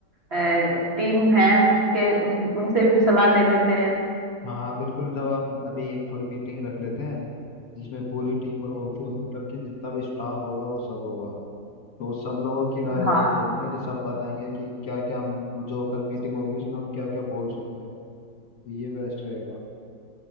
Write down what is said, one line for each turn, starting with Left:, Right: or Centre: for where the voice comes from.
Right: टीम है उसके उस, उनसे भी सलाह ले लेते हैं
Left: हाँ हाँ बिल्कुल जब हम अभी एक थोड़ी मीटिंग रख लेते हैं जिसमें पूरी टीम और हॉस्पिटल की जितना भी स्टाफ होगा वो सब होगा तो सब लोगों की राय
Right: हाँ
Left: सही रहेगी ना कि सब बताएंगे कि क्या क्या हम जो कल मीटिंग होगी उसमें हम क्या क्या बोल सकते हैं तो ये बेस्ट रहेगा